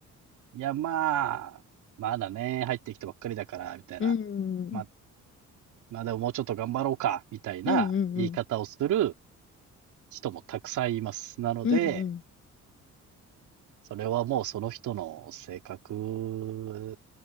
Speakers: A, on the right (about 80°); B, on the left (about 40°).
A: いや、まあ、まだね、入ってきたばっかりだから、みたいな。
B: うん、うん、
A: まあ、まあでももうちょっと頑張ろうか、みたいな言い方をする
B: うん、うん、うん、
A: 人もたくさんいます。なので、
B: うん、
A: それはもうその人の性格